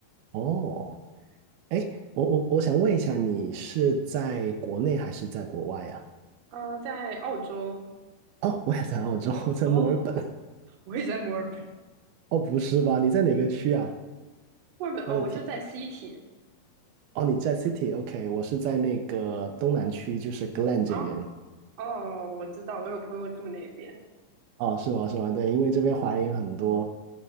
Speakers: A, on the right (about 80°); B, on the right (about 60°).
A: 哦，哎，我我我想问一下，你是在国内还是在国外呀？
B: 嗯、在澳洲，
A: 哦，我也在澳洲，我在墨尔本。
B: 哦，我也在墨尔本。
A: 哦，不是吧？你在哪个区啊？
B: 墨尔本哦，
A: 我的天！
B: 我就在 City
A: 哦，你在 City，OK，我是在那个东南区，就是 Glen 这边。
B: 哦哦，我知道，我有朋友住那边
A: 哦，是吗？是吗？对，因为这边华人也很多，